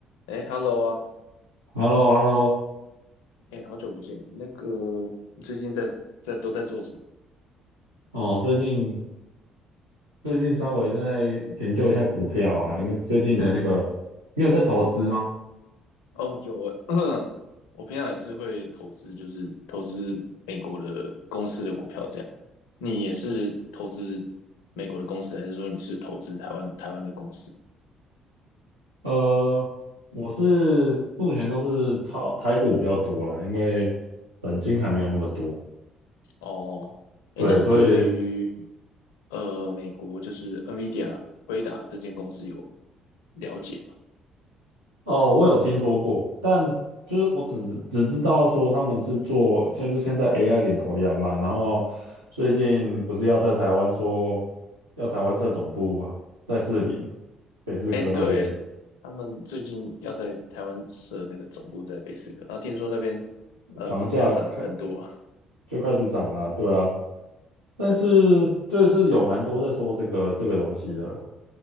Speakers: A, on the left; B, on the right.
A: 哎，Hello 啊，
B: h e l l o h e l l o
A: 哎，好久不见。那个，你最近在在都在做什么？
B: 哦，最近最近稍微在研究一下股票啊，因为最近的那个，你有在投资吗？
A: 哦，有诶，<clears throat> 我平常也是会投资，就是投资美国的公司的股票这样。你也是投资美国的公司，还是说你是投资台湾台湾的公司？
B: 呃，我是目前都是炒台股比较多啦，因为本金还没有那么多，
A: 哦，哎，
B: 对，
A: 那你对于
B: 所以
A: 呃美国就是 NVIDIA 辉达这间公司有了解
B: 哦，我有听说过，但就是我只只知道说他们是做，像是现在 AI 领头羊嘛，然后最近不是要在台湾说要台湾设总部啊，在士林北士科那边。
A: 哎，对，他们最近要在台湾设那个总部在北斯科，然后听说那边呃房价涨很多，
B: 房价开就开始涨啦，对啊，但是就是有蛮多在说这个这个东西的啦。
A: 对啊，